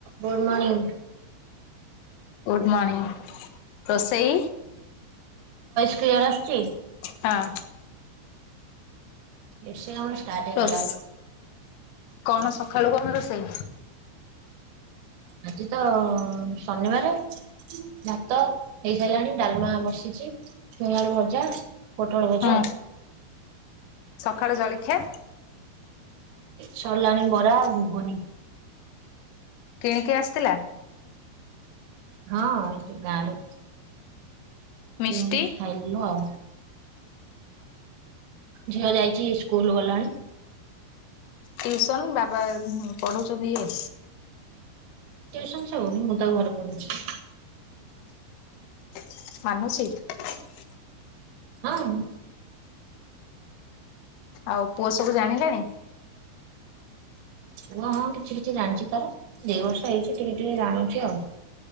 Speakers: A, on the right; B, on the left.
A: Good morning
B: good morning ରୋଷେଇ
A: ସ୍ିୟ ଆସଛି।
B: ହଁ।
A: ଏ ଆମର ାଠି
B: ରୋଷ୍
A: ଗଲାଏ।
B: କଣ ସକାଳୁ କଣ ରୋଷେଇ?
A: ଆଜି ତ ଶନିବାର ଭାତ ହେଇସାରିଲାଣି ଡାଲମା ବସିଛି ଛୁଁଆଳୁ ଭଜା ପୋଟଳ ଭଜା
B: ହଁ। ସକାଳୁ ଜଳଖିଆ
A: ସଲଣୀ ବରା ଘୁଗନୀ
B: କିଣିକି ଆସିଥିଲା।
A: ହଁ ଏଠୁ ଗାାର
B: ମିଷ୍ଟି।
A: କେମିତି ଖାଇଲୁ ଆଉ। ଝିଅ ଯାଇଛି ସ୍କୁଲ ଗଲାଣି।
B: ୍ୟୁସନ ବାବା ପଢୁ ନିଅ।
A: ସ୍ ନ ମୁଁ ତା ଘରେ ପେଇଛି।
B: ମାନୁଚିତ
A: ହଁ।
B: ଆଉ ପୁଅ ସବୁ ଜାଣିଲାଣି।
A: ଓଁ ହଁ। କିଛି କିଛି ଜାଣିଛି ତାର ଦି ବର୍ଷ ହେଇଛି ଟିକେ ଟିକେ ଜାଣୁଛି ଆଉ।